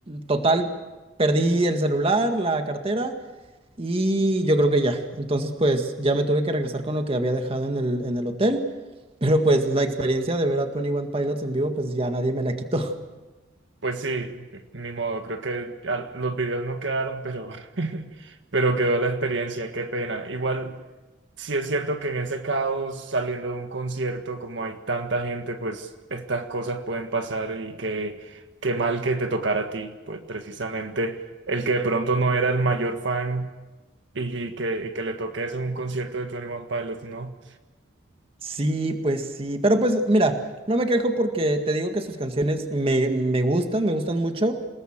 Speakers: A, on the right; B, on the right.
A: total, perdí el celular, la cartera y yo creo que ya. Entonces pues ya me tuve que regresar con lo que había dejado en el, en el hotel. Pero pues la experiencia de ver a Twenty One Pilots en vivo, pues ya nadie me la quitó. <laughs>
B: Pues sí, ni modo, creo que ah, los videos no quedaron, pero, <laughs> pero quedó la experiencia, qué pena. Igual, sí es cierto que en ese caos, saliendo de un concierto, como hay tanta gente, pues estas cosas pueden pasar y que qué mal que te tocara a ti, pues precisamente el que de pronto no era el mayor fan y, y que, y que le toques en un concierto de Twenty One Pilots, ¿no?
A: Sí, pues sí. Pero pues mira, no me quejo porque te digo que sus canciones me, me gustan, me gustan mucho.